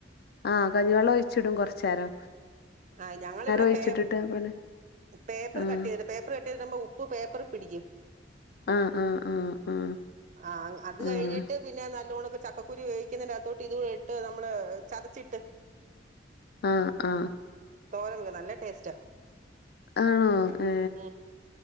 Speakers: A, on the left; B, on the right.
A: ആഹ് കഞ്ഞി വെള്ളം ഒഴിച്ചിടും കുറച്ച നേരം
B: ആ ഞങ്ങിവിടെ
A: ഒഴിച്ചിട്ടിട്ട്
B: പേ
A: പിന്നെ
B: പേപ്പർ
A: ആഹ്
B: കട്ട് ചെയ്തിട്ട് പേപ്പർ കട്ട് ചെയ്തിട്ടമ്പോ ഉപ്പ് പേപ്പർ പിടിക്കും
A: ആഹ് ആഹ് ആഹ്
B: ആഹ അത് കഴിഞ്ഞിട്ട്
A: ആഹ്
B: പിന്നെ നല്ലോണക്കെ ചക്കക്കുര് വേവിക്കുന്നതിന്റെ അകത്തോട്ട് ഇതും കൂടെ ഇട്ട് നമ്മള് ചതച്ചിട്ട്.
A: ആഹ ആഹ
B: തോരൻ വെക്കും നല്ല ടേസ്റ്റാ
A: ആണോ ഏ
B: ഉം